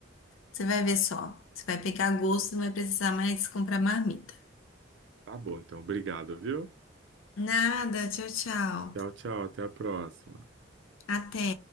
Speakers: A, on the left; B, on the right.
A: você vai ver só. Você vai pegar gosto, não vai precisar mais comprar marmita.
B: Tá bom, então, obrigado, viu?
A: Nada, tchau, tchau.
B: Tchau, tchau, até a próxima.
A: Até.